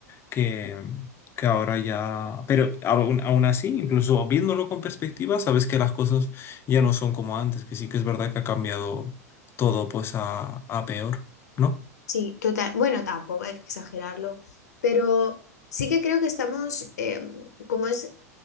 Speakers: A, on the left; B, on the left.
A: que, que ahora ya... Pero aún, aún así, incluso viéndolo con perspectiva, sabes que las cosas ya no son como antes, que sí que es verdad que ha cambiado todo pues a, a peor, ¿no?
B: Sí, total. Bueno, tampoco hay que exagerarlo, pero sí que creo que estamos, eh, como es